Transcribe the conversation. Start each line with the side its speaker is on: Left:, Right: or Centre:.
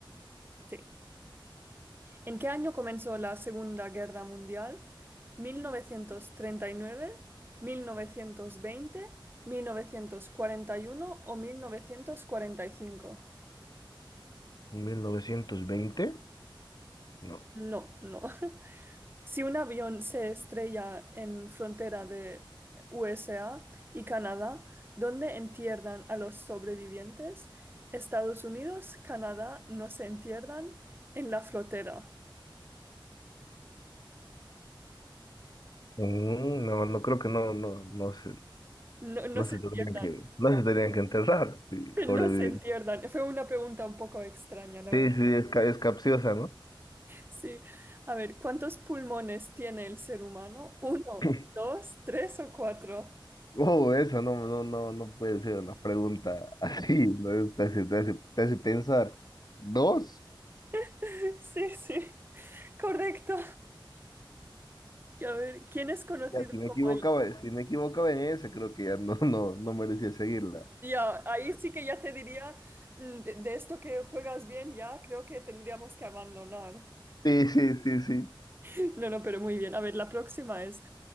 Right: Sí. ¿En qué año comenzó la Segunda Guerra Mundial? Mil mil mil novecientos novecientos novecientos treinta y nueve, mil novecientos veinte, mil novecientos cuarenta y uno o 1945.
Left: 1920. No.
Right: No, no. <laughs> Si un avión se estrella en frontera de USA y Canadá, ¿dónde entierran a los sobrevivientes? Estados Unidos, Canadá no se entierran en la frontera.
Left: Mm, no, no creo que no, no, no se,
Right: No, no
Left: no
Right: se
Left: se tendrían
Right: entierran,
Left: que, no se tendrían que enterrar si
Right: <laughs>
Left: sobreviven.
Right: no se entierran. Fue una pregunta un poco extraña, la
Left: Sí,
Right: verdad.
Left: sí, es, ca- es capciosa, ¿no?
Right: Sí. A ver, ¿cuántos pulmones tiene el ser humano? ¿Uno,
Left: <clears throat>
Right: dos, tres o cuatro?
Left: Wow, eso no, no, no, no puede ser una pregunta <laughs> así, ¿no? Te hace, te hace- te hace pensar. ¿Dos?
Right: <laughs> Sí, sí. Correcto. A ver, ¿quién es conocido
Left: Ya, si me
Right: como
Left: equivocaba,
Right: el
Left: si me equivocaba en esa, creo que ya no, <laughs> no, no merecía seguirla.
Right: Ya, ahí sí que ya te diría, mm, de, de esto que juegas bien, ya creo que tendríamos que abandonar.
Left: Sí, sí, sí, sí.
Right: <laughs> No, no, pero muy bien. A ver, la próxima es,